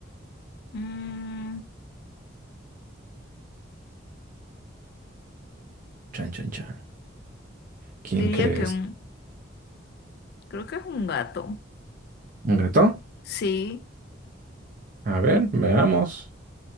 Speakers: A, on the left; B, on the right.
A: Mm,
B: Chan, chan, chan. ¿Quién
A: diría
B: crees?
A: que un, creo que es un gato.
B: ¿Un gato?
A: Sí,
B: A ver, veamos.